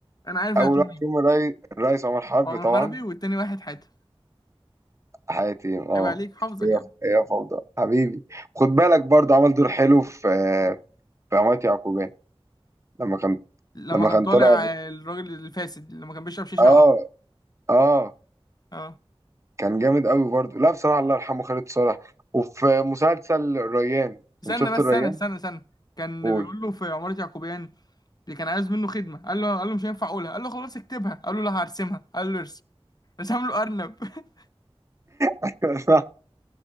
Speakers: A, on the left (about 40°); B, on the right (about 30°).
A: انا عارف
B: اول
A: انت هتقول
B: واحد
A: مين
B: فيهم الري- الريس عمر حرب
A: عمر
B: طبعا
A: حربي والتاني واحد حاتم
B: حياتي اه
A: عيب عليك حافظك
B: هي
A: يا ابني
B: هي فوضى حبيبي خد بالك برضه عمل دور حلو في آه، في عمارة يعقوبيان لما كان
A: لما
B: لما
A: كان
B: كان
A: طالع
B: طالع
A: آه، الراجل الفاسد لما كان بيشرب شيشه
B: اه
A: على طول
B: اه
A: اه
B: كان جامد قوي برضه لا بصراحة الله يرحمه خالد صالح وفي مسلسل الريان
A: استنى
B: انت شفت
A: بس
B: الريان
A: استنى استنى استنى كان
B: قول
A: بيقول له في عمارة يعقوبيان اللي كان عايز منه خدمه قال له قال له مش هينفع اقولها قال له خلاص اكتبها قال له لا هرسمها قال له ارسم رسم له ارنب <laughs>
B: <laughs> صح.